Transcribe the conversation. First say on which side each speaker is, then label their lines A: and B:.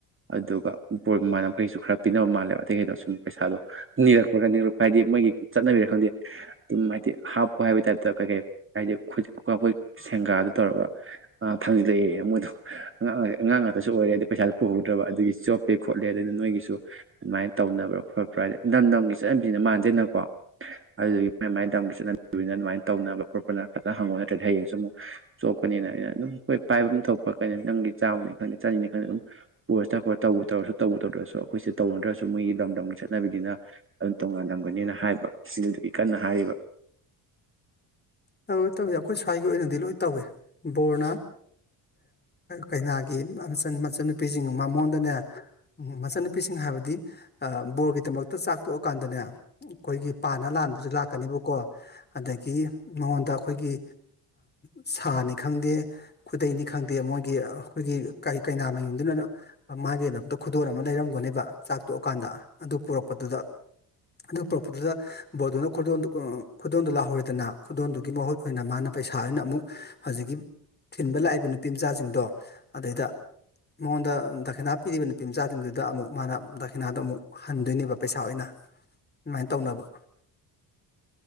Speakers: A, on the right (about 30°); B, on the left (about 25°).
A: ꯑꯗꯨꯒ ꯕꯣꯔ ꯃꯃꯥꯟꯅꯕꯈꯩꯁꯨ ꯈꯔ ꯄꯤꯅꯕ ꯃꯥꯜꯂꯦꯕ ꯑꯇꯩ ꯀꯩꯅꯣ ꯁꯨꯝ ꯄꯩꯁꯥꯗꯣ ꯅꯤꯔꯛꯄ꯭ꯔ ꯈ ꯅꯤꯛꯄ ꯍꯥꯏꯗꯤ ꯃꯣꯏꯒꯤ ꯆꯠꯅꯕꯤꯔꯥ ꯈꯪꯗꯦ ꯑꯗꯨꯝ ꯍꯥꯏꯗꯤ ꯍꯥꯞꯄꯨ ꯍꯥꯏꯕꯒꯤ ꯇꯥꯏꯞꯇ ꯀꯩꯀꯩ ꯍꯥꯏꯗꯤ ꯑꯩꯣꯏ ꯁꯦꯡꯒꯥꯗꯨ ꯇꯧꯔꯒ ꯊꯥꯡꯖꯤꯜꯂꯛꯑꯦ ꯃꯣꯏꯗꯣ ꯑꯥꯡ ꯑꯉꯥꯡ ꯉꯥꯛꯇꯁꯨ ꯑꯣꯏꯔꯦ ꯍꯥꯏꯗꯤ ꯄꯩꯁꯥꯗ ꯄꯨꯍꯧꯗ꯭ꯔꯕ ꯑꯗꯨꯒꯤ ꯆꯣꯞꯄꯦ ꯈꯣꯠꯂꯦ ꯑꯗꯨꯅ ꯅꯣꯏꯒꯤꯁꯨ ꯑꯗꯨꯃꯥꯏꯅ ꯇꯧꯅꯕ꯭ꯔꯥ ꯈꯣꯠꯄ꯭ꯔꯥ ꯍꯥꯏ ꯂꯝ ꯂꯝꯒꯤ ꯆꯠꯅꯕꯤꯁꯤꯅ ꯃꯥꯟꯗꯦꯅꯀꯣ ꯑꯗꯨꯒꯤ ꯃ ꯃꯥꯏ ꯂꯝꯒꯤ ꯆꯠꯅꯕꯤꯅꯤꯅ ꯑꯗꯨꯃꯥꯏꯅ ꯇꯧꯅꯕ ꯈꯣꯠꯄꯅ ꯐꯖꯅ ꯍꯪꯉꯣ ꯅꯠꯇ꯭ꯔꯗꯤ ꯍꯌꯦꯡꯁꯨ ꯑꯃꯨꯛ ꯆꯣꯞꯀꯅꯤꯅ ꯑꯩꯅ ꯑꯗꯨꯝ ꯑꯩꯈꯣꯏ ꯄꯥꯏꯕ ꯑꯃ ꯊꯣꯛꯄ ꯀꯩꯅꯣ ꯅ ꯂꯝꯒꯤ ꯆꯥꯝꯃꯅꯤ ꯈꯪꯗꯦ ꯆꯅꯤꯅꯤ ꯈꯪꯗꯦ ꯑꯗꯨꯝ ꯄꯨꯔꯁ ꯇꯈ꯭ꯔ ꯇꯧꯕ ꯇꯧꯔꯁꯨ ꯇꯧꯕ ꯇꯧꯗ꯭ꯔꯁꯨ ꯑꯩꯈꯣꯏꯁꯦ ꯇꯧꯅꯗ꯭ꯔꯁꯨ ꯃꯣꯏꯒꯤ ꯂꯝꯗꯝꯒꯤ ꯆꯠꯅꯕꯤꯅꯤꯅ ꯑꯗꯨꯝ ꯇꯣꯉꯥꯜꯂꯝꯒꯅꯦꯅ ꯍꯥꯏꯕ ꯁꯤꯒꯤ ꯀꯟꯅ ꯍꯥꯏꯔꯤꯕ
B: ꯇꯧꯋꯤ ꯇꯧꯏꯤ ꯑꯩꯈꯣꯏ ꯁ꯭ꯋꯥꯏꯒꯤ ꯑꯣꯏꯅꯗꯤ ꯂꯣꯏ ꯇꯧꯏ ꯕꯣꯔꯅ ꯀꯩꯅꯥꯒꯤ ꯃꯆꯟꯅꯨꯄꯤꯁꯤꯡ ꯃꯃꯣꯟꯗꯅꯦ ꯃꯆꯟꯅꯨꯄꯤꯁꯤꯡ ꯍꯥꯏꯕꯗꯤ ꯕꯣꯔꯒꯤꯗꯃꯛꯇ ꯆꯥꯛ ꯇꯣꯛꯑꯀꯥꯟꯗꯅꯦ ꯑꯩꯈꯣꯏꯒꯤ ꯄꯥꯟꯅ ꯂꯥꯟꯕꯁꯨ ꯂꯥꯛꯀꯅꯦꯕꯀꯣ ꯑꯗꯒꯤ ꯃꯉꯣꯟꯗ ꯑꯩꯈꯣꯏꯒꯤ ꯁꯥꯅꯤ ꯈꯪꯗꯦ ꯈꯨꯗꯩꯅꯤ ꯈꯪꯗꯦ ꯃꯣꯏꯒꯤ ꯑꯩꯈꯣꯏꯒꯤ ꯀꯩꯅꯥ ꯃꯌꯨꯝꯗꯨꯅ ꯃꯥꯒꯤꯗꯃꯛꯇ ꯈꯨꯗꯣꯟꯜ ꯑꯃ ꯂꯩꯔꯝꯒꯅꯦꯕ ꯆꯥꯛ ꯇꯣꯛꯑꯀꯥꯟꯗ ꯑꯗꯨ ꯄꯨꯔꯛꯄꯗꯨꯗ ꯑꯗꯨ ꯄꯨꯔꯛꯄꯗꯨꯗ ꯕꯣꯔꯗꯨꯅ ꯈꯨꯗꯣꯟꯜꯗꯨ ꯂꯥꯛꯍꯧꯔꯤꯗꯅ ꯈꯨꯗꯣꯟꯜꯗꯨꯒꯤ ꯃꯍꯨꯠ ꯑꯣꯏꯅ ꯃꯥꯅ ꯄꯩꯁꯥ ꯑꯣꯏꯅ ꯑꯃꯨꯛ ꯍꯧꯖꯤꯛꯀꯤ ꯊꯤꯟꯕ ꯂꯥꯛꯏꯕ ꯅꯨꯄꯤ ꯃꯆꯥꯁꯤꯡꯗꯣ ꯑꯗꯩꯗ ꯃꯉꯣꯟꯗ ꯗꯈꯅꯥ ꯄꯤꯔꯤꯕ ꯅꯨꯄꯤ ꯃꯆꯥꯁꯤꯡꯗꯨꯗ ꯑꯃꯨꯛ ꯃꯥꯅ ꯗꯈꯅꯥꯗꯣ ꯑꯃꯨꯛ ꯍꯟꯗꯣꯏꯅꯦꯕ ꯄꯩꯁꯥ ꯑꯣꯏꯅ ꯑꯗꯨꯃꯥꯏꯅ ꯇꯧꯅꯕ